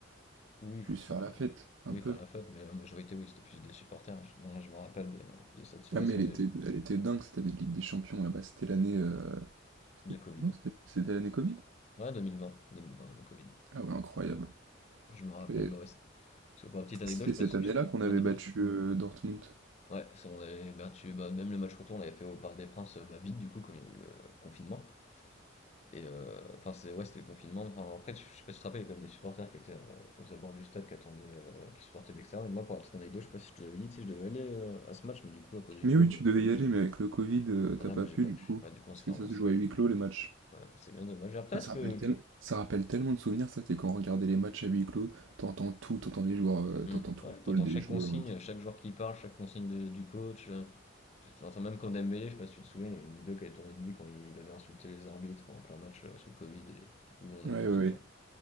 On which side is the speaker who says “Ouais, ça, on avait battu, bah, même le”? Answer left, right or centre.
Left